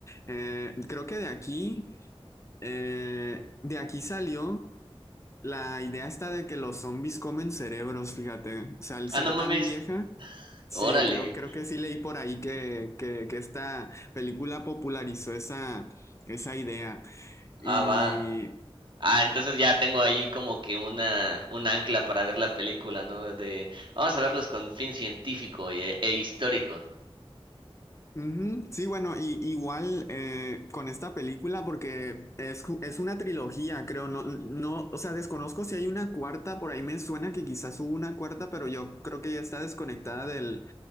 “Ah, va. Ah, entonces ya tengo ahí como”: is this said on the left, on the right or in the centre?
Right